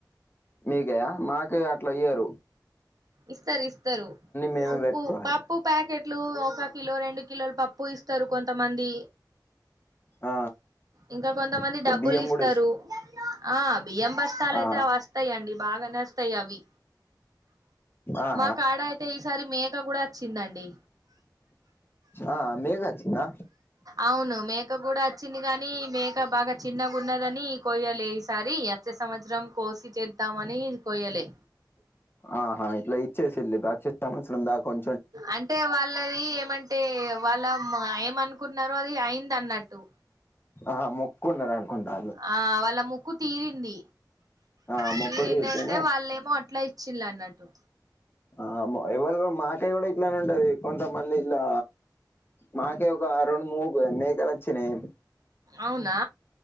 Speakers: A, on the left; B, on the right.
A: మీక్ కదా మాకు అట్లా ఇయ్యారు
B: ఇస్తారు ఇస్తారు
A: మేమే
B: ఉప్పు
A: పెట్టుకోవాలి
B: పప్పు ప్యాకెట్లు ఒక కిలో రెండు కిలోలు పప్పు ఇస్తారు కొంతమంది
A: ఆ
B: ఇంకా కొంతమంది
A: ఇట్లా
B: డబ్బులు
A: బియ్యం
B: ఇస్తారు
A: కూడా
B: ఆ బియ్యం బస్తాలు
A: ఆ
B: అయితే వస్ వస్తాయండి బాగనే వస్తాయి అవి
A: ఆ
B: మా కాడ అయితే ఈసారి మేక కూడా వచ్చిందండి
A: ఆ మేకోచ్చిందా
B: అవును మేక కూడా వచ్చింది కాని మేక బాగా చిన్నగా ఉన్నదని కోయ్యలే ఈసారి అచ్చే సంవత్సరం కోసి చేద్దామని కోయ్యలే
A: ఆహా ఇట్లా ఇచ్చేసిల్లు అచ్చే సంవత్సరం దాకుం
B: అంటే వాళ్ళది ఏమంటే ఏ వాళ్ళ ఏమనుకున్నారో అది అయిందన్నట్టు
A: ఆ మొక్ కున్నరనుకుంటా
B: ఆ వాళ్ళ మొక్కు తీరింది
A: ఆ
B: తీరిందంటే
A: మొక్కు తీరితేనే
B: వాళ్ళేమో అట్లా ఇ చిల్లన్నట్టు
A: ఆ ఎవళ మాకేళి కూడా ఇట్లానే ఉంటది కొంత ఇలా మాకే ఒక రెండు ముడు మేకలోచ్చినాయి
B: అవునా